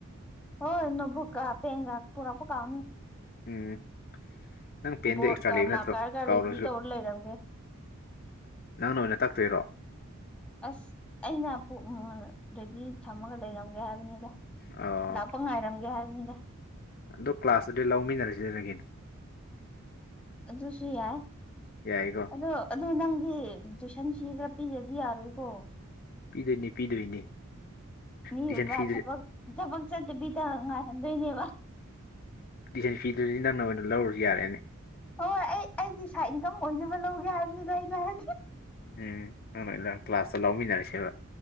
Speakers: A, in the centre; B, on the left.
A: ꯍꯣꯏ ꯅꯣꯠꯕꯨꯛꯒ ꯄꯦꯟꯒ ꯄꯨꯔꯛꯄ ꯀꯥꯥꯎꯅꯤ꯫
B: ꯎꯝ ꯅꯪ ꯄꯦꯟꯗ
A: ꯕꯣꯔꯗꯀ
B: ꯑꯦꯛꯁꯇ꯭ꯔꯥ ꯂꯩꯕ ꯅꯠꯇ꯭ꯔꯣ
A: ꯃꯥꯔꯀꯔꯒ
B: ꯀꯥꯎꯔꯁꯨ?
A: ꯔꯦꯗꯤ ꯇꯧꯔ ꯂꯩꯔꯝꯒꯦ
B: ꯅꯪꯅ ꯑꯣꯏꯅ ꯇꯛꯇꯣꯏꯔꯣ?
A: ꯑꯁ ꯑꯩꯅ ꯄꯨꯛ <unintelligible> ꯔꯦꯗꯤ ꯊꯝꯃꯒ ꯂꯩꯔꯝꯒꯦ ꯍꯥꯏꯕꯅꯤꯗ꯫
B: ꯑ
A: <unintelligible> ꯉꯥꯏꯔꯝꯒꯦ ꯍꯥꯏꯕꯅꯤꯗ꯫
B: ꯑꯗꯣ ꯀ꯭ꯂꯥꯁꯇꯗꯤ ꯂꯧꯃꯤꯟꯅꯔꯁꯤꯗꯅꯒꯤ
A: ꯑꯗꯨꯁꯨ ꯌꯥꯏ꯫
B: ꯌꯥꯏꯀꯣ?
A: ꯑꯗꯣ ꯑꯗꯨ ꯅꯪꯗꯤ ꯇꯨꯏꯁꯟ ꯐꯤ ꯈꯔ ꯄꯤꯗ꯭ꯔꯗꯤ ꯌꯥꯔꯣꯏꯀꯣ꯫
B: ꯄꯤꯗꯣꯏꯅꯤ ꯄꯤꯗꯣꯏꯅꯤ
A: ꯃꯤ
B: ꯇꯨꯏꯁꯟ
A: ꯕꯕꯥ
B: ꯐꯤꯗꯨ
A: ꯊꯕꯛ ꯊꯕꯛ ꯆꯠꯇꯕꯤꯗ ꯉꯥꯏꯍꯟꯗꯣꯏꯅꯦꯕ꯫
B: ꯇꯨꯏꯁꯟ ꯐꯤꯗꯨꯗꯤ ꯅꯪꯅ ꯑꯣꯏꯅ ꯂꯧꯔꯨꯁꯨ ꯌꯥꯔꯦꯅꯦ꯫
A: ꯍꯣꯏ ꯑꯩ ꯑꯩꯒꯤ ꯁꯥꯏꯠ ꯏꯟꯀꯝ ꯑꯣꯏꯅꯕ ꯂꯧꯒꯦ ꯍꯥꯏꯕꯅꯤꯗ ꯑꯩꯩꯅ ꯍꯥꯏꯗꯤ꯫
B: ꯎꯝ ꯅꯪ ꯂꯣꯏꯂ ꯀ꯭ꯂꯥꯁꯇ ꯂꯧꯃꯤꯟꯅꯔꯁꯦꯕ